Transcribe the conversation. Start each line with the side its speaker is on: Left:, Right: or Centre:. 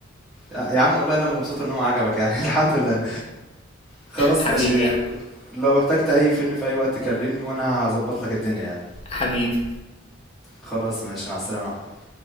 Centre: يا يا عم والله أنا اللي مبسوط إن هو عجبك يعني <laughs> الحمد لله خلاص
Left: حبيبي
Centre: ماشي
Left: يا أحمد.
Centre: لو احتجت أي فيلم في أي وقت كلمني وأنا هظبط لك الدنيا يعني
Left: حبيبي
Centre: خلاص ماشي مع السلامة